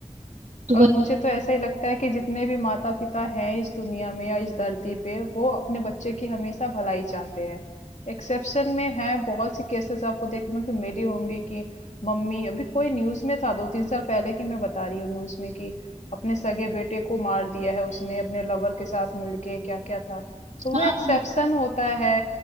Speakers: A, on the right; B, on the left.
A: तो
B: और
A: वही
B: मुझे तो ऐसा ही लगता है कि जितने भी माता पिता हैं इस दुनिया में या इस धरती पे वो अपने बच्चे की हमेशा भलाई चाहते हैं एक्सेप्शन में है बहुत सी केसेस आपको देखने को मिली होंगी कि मम्मी अभी कोई न्यूज में था दो तीन साल पहले की मैं बता रही हूँ न्यूज में कि अपने सगे बेटे को मार दिया है उसने अपने लवर के साथ मिलके क्या क्या था तो
A: हाँ
B: वो एक्सेप्शन होता है